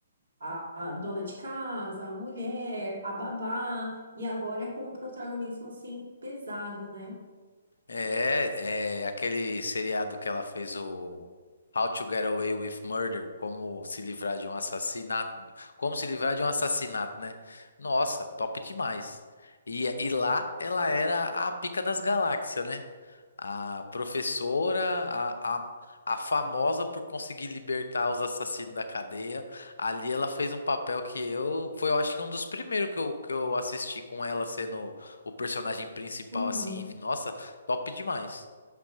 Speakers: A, on the right (about 65°); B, on the left (about 70°).
A: a, a dona de casa, a mulher, a babá, e agora é com um protagonismo, assim, pesado, né?
B: É, é aquele seriado que ela fez o How to Get Away with Murder, como se livrar de um assassinato, como se livrar de um assassinato, né? Nossa, top demais. E, e lá ela era a pica das galáxias, né? A professora, a, a, a famosa por conseguir libertar os assassinos da cadeia. Ali ela fez um papel que eu, foi eu acho que um dos primeiros que eu, que eu assisti com ela sendo o personagem principal
A: Uhum.
B: assim, e, nossa, Top demais.